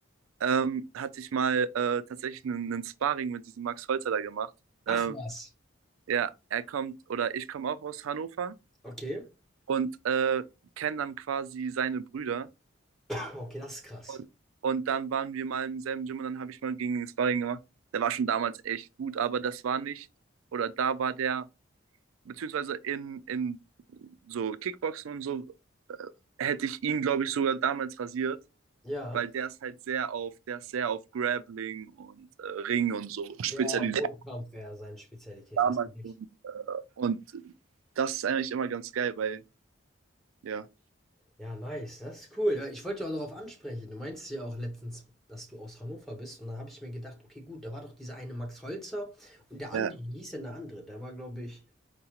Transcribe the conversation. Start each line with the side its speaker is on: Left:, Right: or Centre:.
Right: ähm, hatte ich mal äh, tatsächlich einen, einen Sparring mit diesem Max Holzer da gemacht.
Centre: Ach
Right: Ähm,
Centre: was.
Right: ja, er kommt, oder ich komme auch aus Hannover
Centre: Okay.
Right: und äh, kenne dann quasi seine Brüder.
Centre: Ah, Okay, das ist krass.
Right: Und, und dann waren wir mal im selben Gym und dann habe ich mal gegen den Sparring gemacht. Der war schon damals echt gut, aber das war nicht, oder da war der, beziehungsweise in, in so Kickboxen und so, äh, hätte ich ihn, glaube ich, sogar damals rasiert,
Centre: Ja.
Right: weil der ist halt sehr auf, der ist sehr auf Grappling und äh, Ring und so
Centre: Ja,
Right: spezialisiert
Centre: ja, Bodenkampf wäre seine Spezialität,
Right: damals.
Centre: hast du recht.
Right: Und, und das ist eigentlich immer ganz geil, weil, ja.
Centre: Ja, nice, das ist cool. Ja, ich wollte ja auch darauf ansprechen. Du meinst ja auch letztens, dass du aus Hannover bist. Und da habe ich mir gedacht, okay, gut, da war doch dieser eine Max Holzer und der andere,
Right: Ja,
Centre: wie hieß denn der andere? Der war, glaube ich,